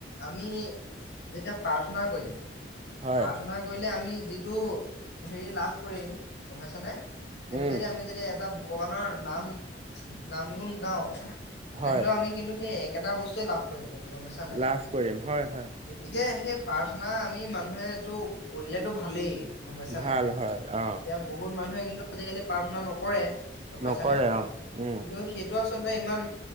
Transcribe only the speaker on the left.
আমি যেতিয়া প্ৰাৰ্থনা কৰিম
প্ৰাৰ্থনা কৰিলে আমি যিটো হেৰি লাভ কৰিম গম পাইছানে সেইটো
যদি আমি যদি এটা ভগৱানৰ নাম নাম গুণ গাও তেনেহলেও
আমি কিন্তু সেই একেটা বস্তুৱে লাভ কৰিম কিন্তু গমপাইছানে নাই
গতিকে সেই প্ৰাৰ্থনা আমি মানুহে এইটো কৰিলেতো ভালেই গম পাইছা
নাই
এতিয়া বহুত মানুহে কিন্তু আজিকালি প্ৰাৰ্থনা নকৰে গম পাইছানে
কিন্তু সেইটো আচলতে ইমান